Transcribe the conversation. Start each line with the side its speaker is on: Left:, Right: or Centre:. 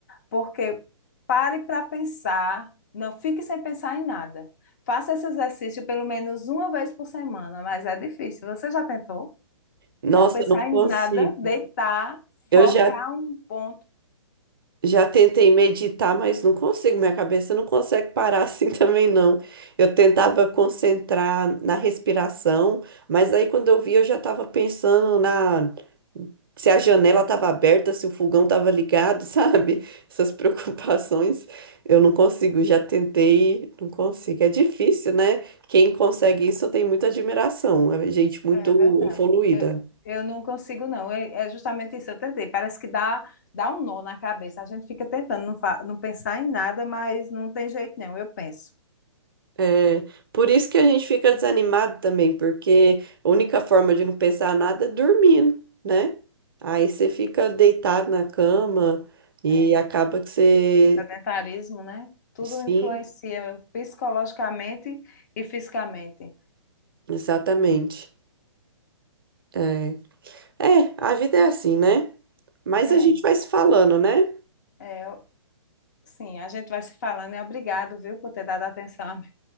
Left: Porque pare para pensar, não fique sem pensar em nada. Faça esse exercício pelo menos uma vez por semana, mas é difícil. Você já tentou?
Right: Nossa,
Left: Não pensar
Right: eu não consigo.
Left: em nada, deitar,
Right: Eu
Left: focar
Right: já
Left: um ponto.
Right: Já tentei meditar, mas não consigo. Minha cabeça não consegue parar assim <laughs> também, não. Eu tentava concentrar na respiração, mas aí quando eu vi, eu já estava pensando na se a janela estava aberta, se o fogão estava ligado, <laughs> sabe? Essas preocupações eu não consigo. Já tentei, não consigo. É difícil, né? Quem consegue isso, eu tenho muita admiração. É gente muito
Left: É verdade.
Right: evoluída.
Left: Eu, eu não consigo, não. É, é justamente isso, eu tentei. Parece que dá, dá um nó na cabeça. A gente fica tentando não, fa- não pensar em nada, mas não tem jeito, não. Eu penso.
Right: É, por isso que a gente fica desanimado também, porque a única forma de não pensar nada é dormindo, né? Aí você fica deitado na cama e
Left: É.
Right: acaba que você.
Left: sedentarismo, né? Tudo
Right: Sim,
Left: influencia psicologicamente e fisicamente.
Right: exatamente. É, é, a vida é assim, né? Mas
Left: É,
Right: a gente vai se falando, né?
Left: é, eu- sim, a gente vai se falando e obrigado, viu, por ter dado atenção à minha